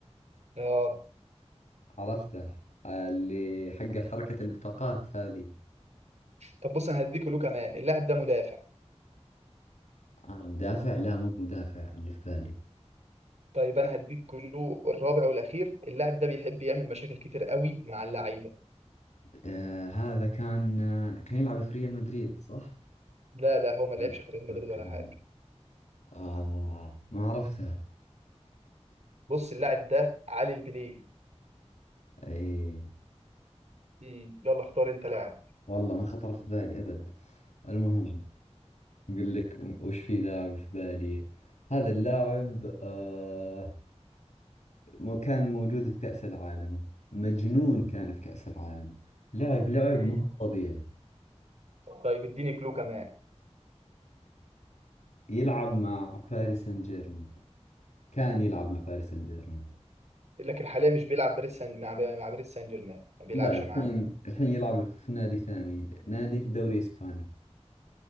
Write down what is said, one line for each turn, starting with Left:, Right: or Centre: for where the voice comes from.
Right: اه
Left: عرفته اللي حق حركة البطاقات هذه
Right: طب بص انا هديك كلو كمان اللاعب ده مدافع
Left: آه مدافع لا مو بمدافع اللي في بالي
Right: طيب انا هديك كلو الرابع والاخير اللاعب ده بيحب يعمل مشاكل كتير قوي مع اللعيبه
Left: آه هذا كان آه كان يلعب في ريال مدريد صح؟
Right: لا لا هو ما
Left: لا
Right: لعبش
Left: لا
Right: في ريال مدريد
Left: اوكي
Right: ولا
Left: لا
Right: حاجه
Left: لا آه ما عرفته
Right: بص اللاعب ده علي البليهي
Left: اي
Right: مم. يلا اختار انت لاعب
Left: والله ما خطر في بالي ابد المهم اقول لك وش في لاعب في بالي هذا اللاعب آه مو- كان موجود في كأس العالم مجنون كان في كأس العالم لاعب لعب
Right: مم.
Left: ما هو طبيعي
Right: طيب اديني كلو كمان
Left: يلعب مع باريس سان جيرمان كان يلعب مع باريس سان جيرمان
Right: لكن حاليا مش بيلعب باريس سان مع مع باريس سان جيرمان ما بيلعبش
Left: لا مم. الحين
Right: مع
Left: الحين يلعب في نادي ثاني نادي في الدوري الإسباني